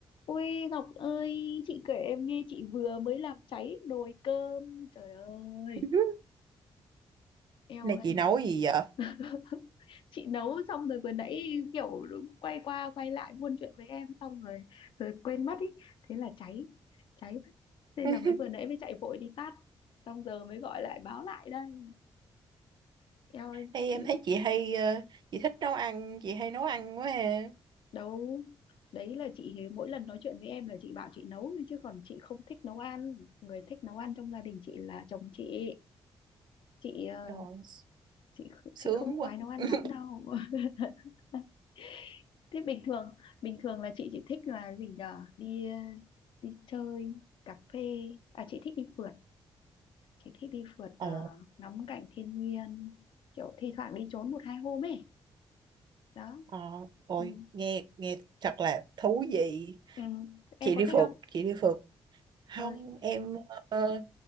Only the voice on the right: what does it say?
<laughs>
này
chị nấu gì vậy
<laughs>
hay
em thấy chị hay ờ, chị thích nấu ăn chị hay nấu ăn quá ha
trời
sướng
quá
<laughs>
ồ
ờ, rồi
nghe nghe thật là thú vị
chị
đi
phượt
chị đi phượt không
em ờ,